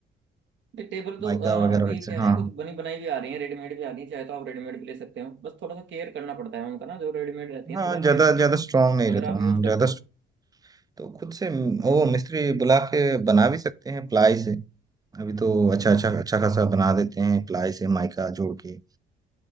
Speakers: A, on the right (about 70°); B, on the right (about 20°).
A: नहीं टेबल तो
B: माइका
A: अ,
B: वगैरह
A: अभी
B: से
A: क्या
B: हाँ
A: है कुछ बनी बनाई भी आ रही है रेडीमेड भी आ रही है चाहे तो आप रेडीमेड भी ले सकते हो बस थोड़ा सा केयर करना पड़ता है उनका ना जो रेडीमेड रहती है
B: हाँ
A: थोड़ा केयरफुली
B: ज्यादा ज्यादा स्ट्रांग नहीं
A: अगर
B: रहता
A: आप यूज
B: हाँ ज्यादा
A: करते हो
B: str- तो खुद से म- वो
A: हम्म हम्म
B: मिस्त्री बुला के बना भी सकते हैं प्लाई से अभी तो अच्छा अच्छा अच्छा खासा बना देते हैं प्लाई से माइका जोड़ के